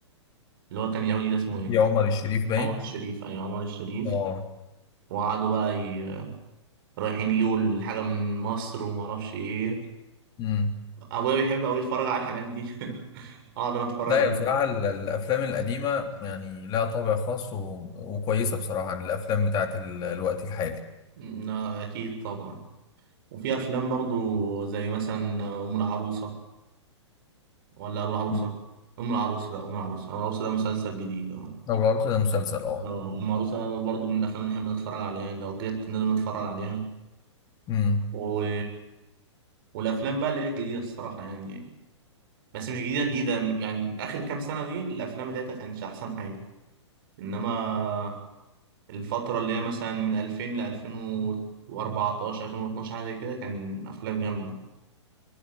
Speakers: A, on the right; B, on the left.
A: اللي هو كان يهودي ده اسمه ايه؟
B: في عمر الشريف باين
A: عمر الشريف أيوة عمر الشريف
B: اه
A: وقعدوا بقى ي... رايحين يجيبوا الحاجة من مصر ومعرفش ايه
B: امم
A: ابويا بيحب قوي يتفرج على الحاجات دي <laughs> اقعد انا اتفرج
B: لا يا بصراحة ال- الأفلام القديمة يعني لها طابع خاص و... وكويسة بصراحة عن الأفلام بتاعت ال... الوقت الحالي
A: لا، اكيد طبعا وفي افلام برضو زي مثلا ام العروسه ولا ابو العروسه
B: مم.
A: ام العروسه لا ام العروسه ام العروسه ده مسلسل جديد اه
B: لو العروض ده مسلسل اه
A: اه ام العروسه برضو من الافلام اللي نحب نتفرج عليها يعني لو جت لازم نتفرج عليها
B: مم.
A: و... والافلام بقى اللي هي الجديده الصراحه يعني بس مش جديده جديده يعني اخر كام سنه دي الافلام بتاعتها كانش احسن حاجه انما الفترة اللي هي مثلا من 2000 ل 2014 2012 حاجة زي كده كان أفلام جامدة